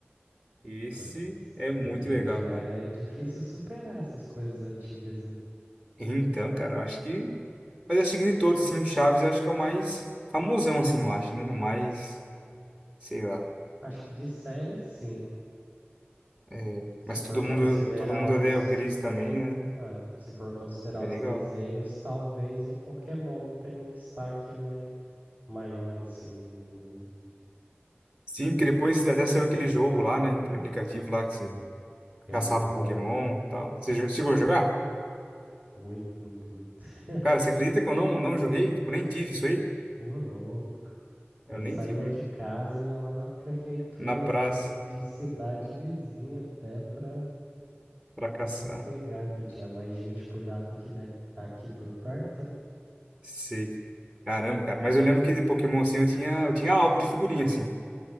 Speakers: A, on the right; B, on the right.
A: Esse
B: mas
A: é muito
B: hoje
A: legal,
B: em dia
A: cara.
B: é difícil superar essas coisas antigas, né?
A: Então, cara, eu acho que. Mas eu acho que de todos, assim, Chaves eu acho que é o mais famosão, assim, eu acho, né? O mais. Sei lá.
B: Acho que de série, sim.
A: É,
B: Se
A: Mas
B: for
A: todo mundo,
B: considerar
A: todo mundo
B: os,
A: odeia o Chris também, né?
B: é, se for considerar
A: Bem
B: os
A: legal.
B: desenhos, talvez o Pokémon tenha um destaque mai, maior, assim, né, no mundo.
A: Sim, porque depois até saiu aquele jogo lá, né? Aquele aplicativo lá que você
B: Pokémon
A: caçava
B: Go,
A: Pokémon e tal. Você jo- chegou a jogar?
B: muito, muito, muito. <laughs>
A: Cara, você acredita que eu não, não joguei? Tipo, nem tive isso aí?
B: Ô, louco.
A: Eu
B: Eu
A: nem
B: saía
A: tive. Hum,
B: de casa e ia lá na prefeitura
A: Na praça,
B: de cidade vizinha até pra,
A: pra caçar.
B: pra pegar, que tinha mais gente por lá do que da, aqui por perto, né?
A: Sei. Caramba, cara. Mas eu lembro que de Pokémon, assim, eu tinha, eu tinha álbum de figurinha, assim.